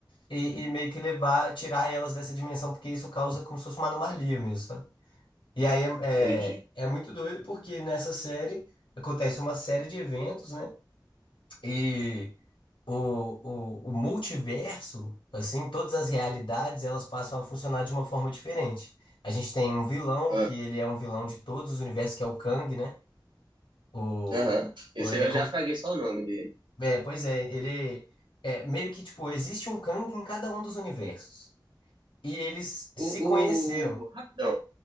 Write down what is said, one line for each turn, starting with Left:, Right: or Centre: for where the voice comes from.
Left: e, e meio que levar, tirar elas dessa dimensão, porque isso causa como se fosse uma anomalia mesmo, sabe? E aí é,
Right: entendi.
Left: é, é muito doido, porque nessa série acontece uma série de eventos, né? E o, o, o multiverso, assim, todas as realidades, elas passam a funcionar de uma forma diferente. A gente tem um vilão,
Right: Ah,
Left: que ele é um vilão de todos os universos, que é o Kang, né? O,
Right: Aham.
Left: o-
Right: Esse
Left: ele
Right: eu
Left: é, como-
Right: já fraguei só o nome dele.
Left: é, pois é, ele é meio que tipo, existe um Kang em cada um dos universos. E eles se
Right: O,
Left: conheceram.
Right: o... Rapidão.